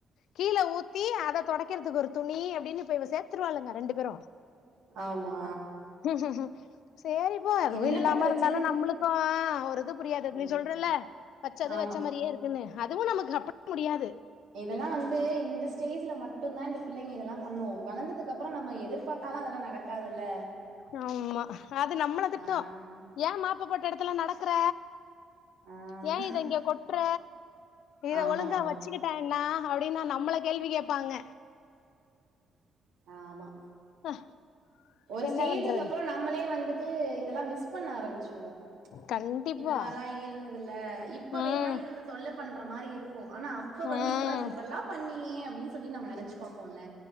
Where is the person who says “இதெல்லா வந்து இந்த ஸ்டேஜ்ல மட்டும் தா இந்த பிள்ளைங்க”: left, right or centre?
Right